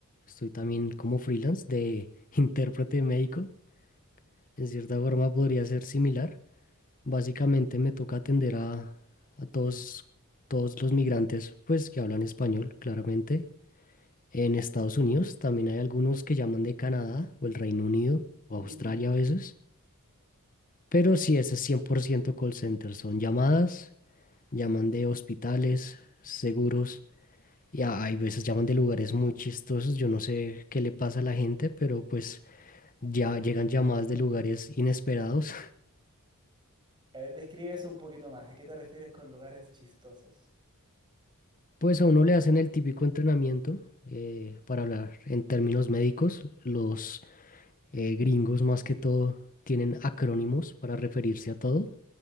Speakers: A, on the left (about 40°); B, on the right (about 20°).
A: estoy también como freelance de <laughs> intérprete médico. En cierta forma podría ser similar. Básicamente me toca atender a, a todos, todos los migrantes pues, que hablan español, claramente. En Estados Unidos también hay algunos que llaman de Canadá o el Reino Unido o Australia
B: Ujú.
A: a veces. Pero sí, ese es 100% call center. Son llamadas, llaman de hospitales, seguros. Y a- hay veces llaman de lugares muy chistosos, yo no sé qué le pasa a la gente, pero pues ya llegan llamadas de lugares inesperados. <laughs>
B: A ver, describe eso un poquito más. ¿A qué te refieres con lugares chistosos?
A: Pues a uno le hacen el típico entrenamiento, eh, para hablar en términos médicos, los eh, gringos más que todo tienen acrónimos para referirse a todo.